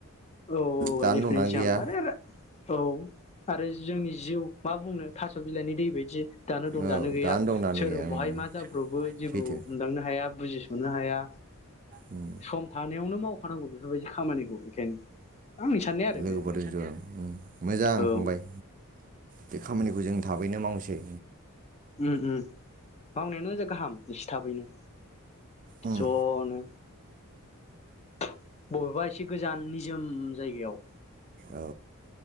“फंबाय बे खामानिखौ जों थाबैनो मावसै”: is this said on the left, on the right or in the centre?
Right